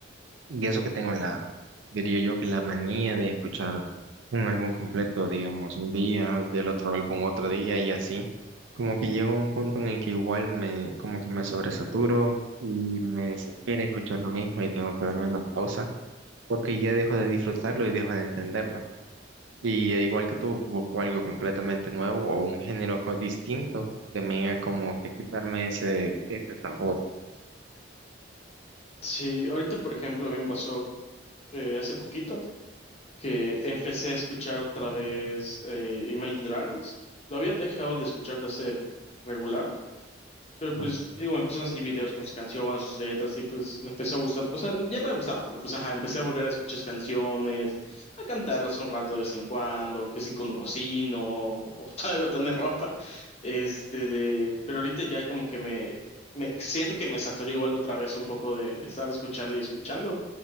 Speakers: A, on the right; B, on the left.
A: Y eso que tengo la, diría yo que la manía de escuchar un álbum completo, digamos, un día, del otro álbum otro día y así, como que llego a un punto en el que igual me, como que me sobresaturo y me desespera escuchar lo mismo y tengo que darme una pausa porque ya dejo de disfrutarlo y dejo de entenderlo. Y eh, igual que tú, busco algo completamente nuevo o un género co- distinto, también a como que quitarme ese, ese sabor.
B: Sí, ahorita, por ejemplo, a mí me pasó eh, hace poquito que empecé a escuchar otra vez eh, Imagine Dragons. Lo había dejado de escuchar de hace regular, Pero
A: ¿no?
B: pues, digo, empezaron a salir videos con sus canciones, sus letras, y pues me empezó a gustar. O sea, ya me gustaba, pero pues, ajá, empecé a volver a escuchar sus canciones, a cantarlas un rato de vez en cuando, que si cuando cocino, o <laughs> algo, tener ropa. Este, de, pero ahorita ya como que me, me siento que me saturé igual otra vez un poco de, de estar escuchando y escuchando.